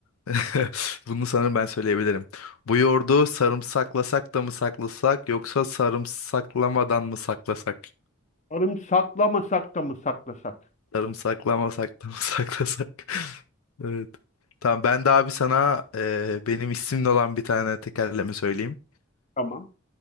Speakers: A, on the left; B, on the left.
A: <laughs> Bunu sanırım ben söyleyebilirim. Bu yoğurdu sarımsaklasak da mı saklasak yoksa sarımsaklamadan mı saklasak?
B: Sarımsaklamasak da mı saklasak?
A: Sarımsaklamasak da mı <laughs> saklasak? Evet. Tamam ben de abi sana e, benim isimli olan bir tane tekerleme söyleyeyim.
B: Tamam.